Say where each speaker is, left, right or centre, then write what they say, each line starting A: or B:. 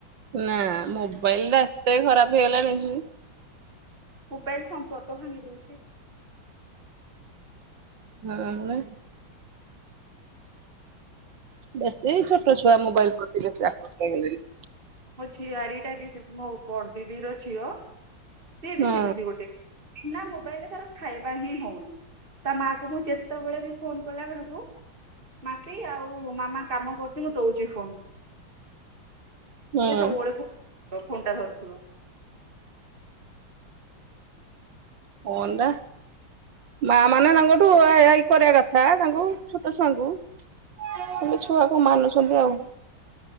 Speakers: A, on the right (about 65°); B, on the right (about 25°).
A: ନା, ମୋବାଇଲ ଟା ଏତେ ଖରାପ ହେଇଗଲାଣି
B: ମୋବାଇଲ ସମ୍ପର୍କ ଭାଙ୍ଗି ଦଉଚି।
A: ହଁ ପା। ବେଶୀ ଛୋଟ ଛୁଆ ମୋବାଇଲ ପ୍ରତି ବେଶୀ ଆକୃଷ୍ଟ ହେଇ ଗଲେଣି।
B: ମୋ ଝିଆରୀଟା ବି ମୋ ବଡ଼ଦିଦିର ଝିଅ ସିଏ
A: ହଁ
B: ବି ସେମିତି ଗୋଟେ। ବିନା ମୋବାଇଲ୍ ରେ ତାର ଖାଇବା ହିଁ ହଉନି। ତା ମା କୁ ମୁଁ ଯେତେବେଳେ ବି ଫୋନ କଲା ବେଳକୁ ମାସି ଆଉ ମାମା କାମ କରୁଚି ମୁଁ ଦଉଚି ଫୋନ୍।
A: ହଁ
B: ସେ ସବୁବେଳେ ଫୋନ୍ ଫୋନ୍ ଟା ଧରିଥିବ।
A: ଫୋନ୍ ନା ମା ମାନେ ତାଙ୍କଠୁ <unintelligible> କରିବା କଥା ତାଙ୍କୁ ଛୋଟ ଛୁଆଙ୍କୁ। ହେଲେ ଛୁଆ କୋଉ ମାନୁଚନ୍ତି ଆଉ।